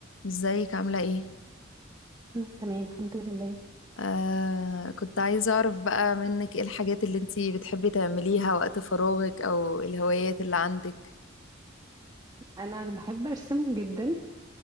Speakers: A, on the left (about 75°); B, on the right (about 20°).
A: ازيك عاملة ايه؟
B: مم، تمام الحمد لله
A: آه كنت عايزة اعرف بقى منك ايه الحاجات اللي انتي بتحبي تعمليها وقت فراغك او الهوايات اللي عندك
B: انا بحب ارسم جدا